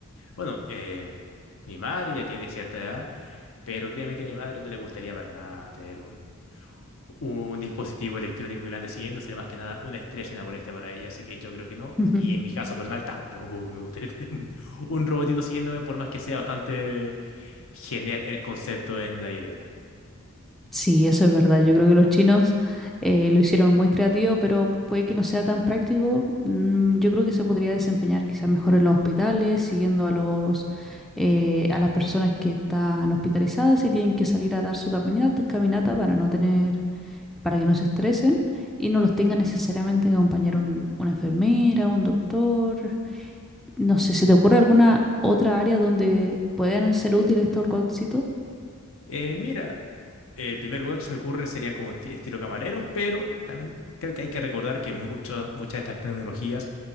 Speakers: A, on the left; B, in the centre.
A: Bueno, em, mi madre ya tiene cierta edad. Pero créeme que a mi madre no le gustaría para nada tener un, un dispositivo electrónico que la ande siguiendo, sería más que nada una estrés y una molestia para ella, así que yo creo que no.
B: <laughs>
A: Y en mi caso personal tampoco que me gustaría <laughs> tener un, un robotito siguiéndome, por más que sea bastante genial el concepto en la idea.
B: Sí, eso es verdad. Yo creo que los chinos eh, lo hicieron muy creativo, pero puede que no sea tan práctico. Mm, yo creo que se podría desempeñar quizás mejor en los hospitales, siguiendo a los eh, a las personas que están hospitalizadas y tienen que salir a dar su caminata, caminata para no tener, para que no se estresen y no los tenga necesariamente que acompañar un- una enfermera, un doctor. No sé, ¿se te ocurre alguna otra área donde puedan ser útiles estos robotcitos?
A: Eh, mira, el primer lugar que se me ocurre serían como ti- estilo camareros, pero también creo que hay que recordar que muchas muchas de estas tecnologías